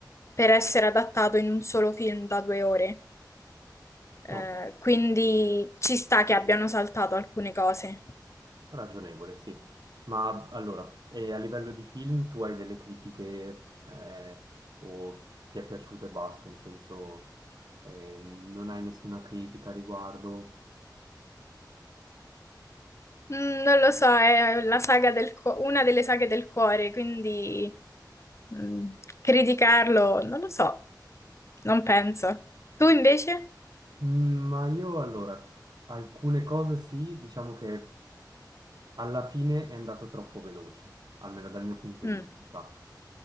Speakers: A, on the left; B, on the right.
A: per essere adattato in un solo film da due ore,
B: Ok.
A: Eh, quindi ci sta che abbiano saltato alcune cose.
B: Ragionevole, sì. Ma allora, e a livello di film tu hai delle critiche eh, o ti è piaciuto e basta, in senso eh, non hai nessuna critica a riguardo?
A: Mm, non lo so, è la saga del co- una delle saghe del cuore, quindi mm, criticarlo, non lo so, non penso. Tu invece?
B: Mm, Ma io allora, alcune cose sì, diciamo che alla fine è andato troppo veloce, almeno dal mio punto
A: Mm,
B: di vista.